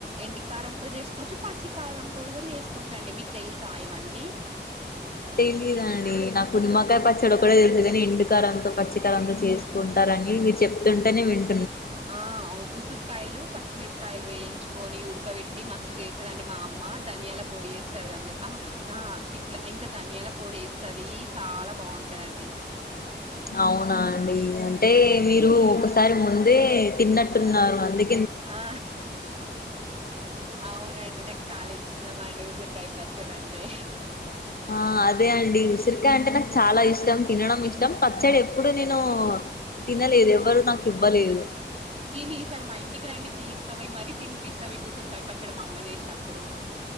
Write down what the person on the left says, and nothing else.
తెలీయదండి నాకు నిమ్మకాయ పచ్చడి ఒక్కటే తెలుసు కాని, ఎండుకారంతో, పచ్చిికారంతో, చేసుకుంటార్ అని మీరు చెప్తుంటనే విన్
అవునా అండి అంటే మీరు ఒకసారి ముందే తిన్నట్టున్నారు అంది
ఆ అదే అండి ఉసిరికాయ అంటే నాకు చాలా ఇష్టం, తినడం ఇష్టం, పచ్చడి ఎప్పుడు నేను తినలేదు ఎవరు నాకు ఇవ్వలేదు